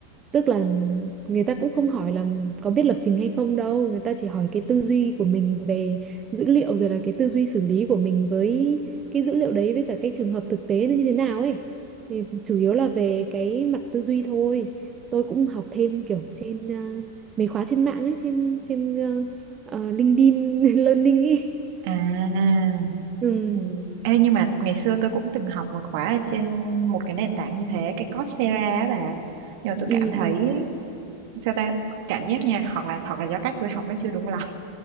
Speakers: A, on the right; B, on the right.
A: tức là người ta cũng không hỏi là có biết lập trình hay không đâu. Người ta chỉ hỏi cái tư duy của mình về dữ liệu rồi là cái tư duy xử lý của mình với cái dữ liệu đấy với cả cái trường hợp thực tế nó như thế nào ấy. Thì chủ yếu là về cái mặt tư duy thôi. Tôi cũng học thêm kiểu trên ờ, mấy khóa trên mạng ấy, trên trên ờ, ờ, LinkedIn <laughs> Learning ấy.
B: À.
A: Ừ,
B: Ừ. Ê, nhưng mà ngày xưa tôi cũng từng học một khóa ở trên một cái nền tảng như thế, cái Coursera á bà. Nhưng mà tôi
A: ừ,
B: cảm thấy
A: ừ.
B: sao ta cảm giác nha, hoặc là hoặc là do cách tôi học nó chưa đúng lắm.